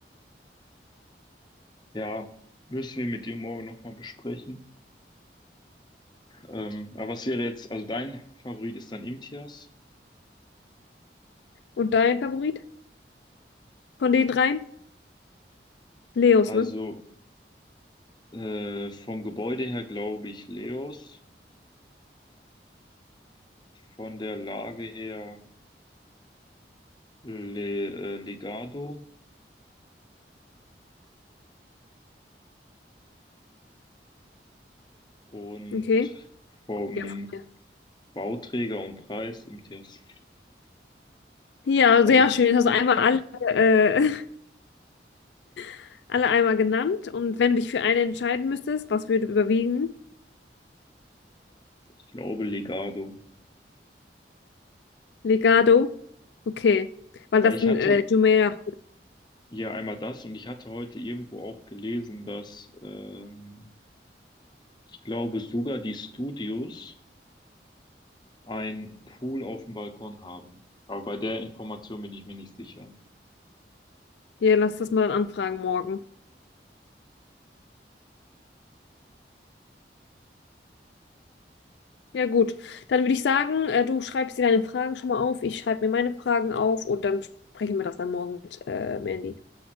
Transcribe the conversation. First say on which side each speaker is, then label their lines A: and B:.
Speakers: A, on the left (about 25°); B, on the left (about 80°).
A: Ja, müssen wir mit dir morgen nochmal besprechen. Ähm, aber was wäre jetzt, also dein Favorit ist dann Imtiaz.
B: Und dein Favorit von den dreien? Leos,
A: Also
B: ne?
A: äh, vom Gebäude her glaube ich Leos, von der Lage her Le, äh, Legado und
B: Okay.
A: vom
B: Ja, von mir.
A: Bauträger und Preis Imtiaz.
B: Ja,
A: Also
B: sehr schön. Das hast du einmal alle, äh, <laughs> alle einmal genannt. Und wenn du dich für eine entscheiden müsstest, was würde überwiegen?
A: ich glaube Legado.
B: Legado? Okay. Weil
A: Weil
B: das
A: ich
B: ein
A: hatte
B: äh, Jumeirah.
A: Ja, einmal das. Und ich hatte heute irgendwo auch gelesen, dass ähm, ich glaube sogar die Studios einen Pool auf dem Balkon haben. Aber bei der Information bin ich mir nicht sicher.
B: Ja, lass das mal anfragen morgen. Ja, gut. Dann würde ich sagen, äh, du schreibst dir deine Fragen schon mal auf, ich schreibe mir meine Fragen auf und dann sprechen wir das dann morgen mit äh, Mandy.